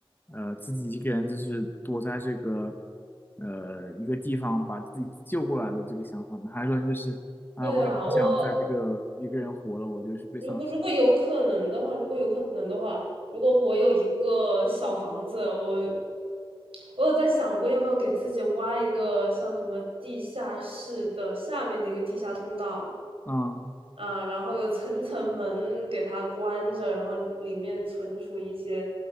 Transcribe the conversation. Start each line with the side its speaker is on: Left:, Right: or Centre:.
Left: 呃自己一个人就是躲在这个呃一个地方把自己救过来的这个想法呢？还是说你就是啊、
Right: 对啊，
Left: 我也不想在这个一个人活了，
Right: 我
Left: 我就是被丧尸
Right: 如果如果有可能的话，如果有可能的话，如果我有一个小房子，我我有在想过要不要给自己挖一个像什么地下室的下面的一个地下通道。
Left: 咬？嗯，
Right: 啊，然后有层层门给它关着，然后里面存储一些，